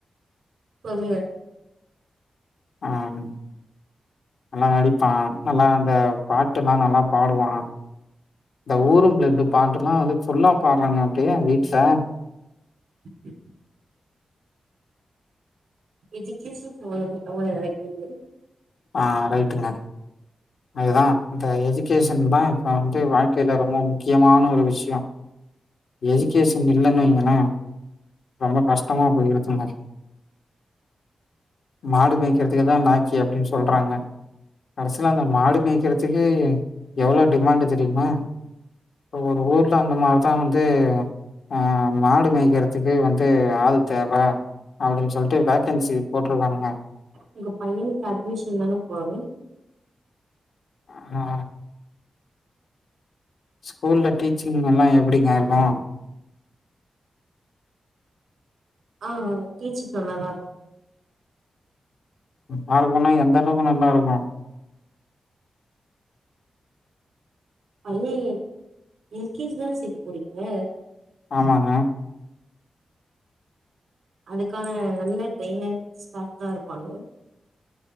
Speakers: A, on the right; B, on the left.
A: சொல்லுங்க
B: ஆ நல்லா நடிப்பான் நல்லா அந்த பாட்டுல்லாம் நல்லா பாடுவா இந்த ஊரும் பிளட்டு் பாட்லாம் வந்து ஃபுல்லா பாடுறாங்க அப்டியே வீட்ல
A: ஹ <inaudible> எஜுக்கேஷன் சம்மந்தமா எதாவது கேளுங்க
B: அ ரைட்டுங்க அதுதான் இந்த எஜுகேஷன் தான் இப்போ வந்து வாழ்க்கையில ரொம்ப முக்கியமான ஒரு விஷயோ எஜுகேஷன் இல்லைன்ன வைங்கள ரொம்ப கஷ்டமா போயிருக்குங்க மாடு மேய்க்கிறதுக்குதான் லாக்கி அப்டின்னு சொல்றாங்க கடைசில அந்த மாடு மேய்க்கறதுக்கு எவ்ளோ டிமாண்டு் தெரியுமா இப்ப ஒரு ஊர்ல அந்த மாரிதான் வந் து ஆ மாடு மேய்க்கிறதுக்கு வந்து ஆள் தேவ அப்டின்னு சொல்லிட்டு வேக்கன்சி போட்டிருக்கானுங்க
A: உங்க பையனுக்கு அட்மிஷன் தான போது.
B: அதா. ஸ்கூல்ல டீச்சிங் எல்லா எப்டிங்க இருக்கு?
A: ஆ டீச்சிங் நல்லாதாரு
B: நல்லாருக்குனா எந்த அளவுக்கு நல்லாருக்கு?
A: அய்யய்யய் எல் கே ஜி தான சேக்க போறீங்க?
B: ஆமாங்க.
A: அதுக்கான நல்ல ட்ரெய்னர் ஸ்டாஃப் தா இருப்பாங்க.